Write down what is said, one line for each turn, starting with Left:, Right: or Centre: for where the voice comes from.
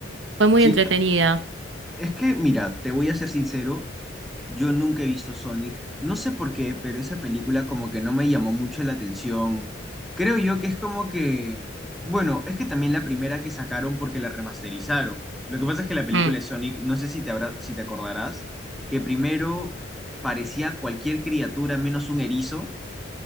Right: fue muy
Centre: Sí,
Right: entretenida.
Centre: es que, mira, te voy a ser sincero, Yo nunca he visto Sonic. No sé por qué, pero esa película como que no me llamó mucho la atención. Creo yo que es como que, bueno, es que también la primera que sacaron porque la remasterizaron. Lo que pasa es que la película
Right: Mm.
Centre: de Sonic, no sé si te habrá- si te acordarás, que primero parecía cualquier criatura menos un erizo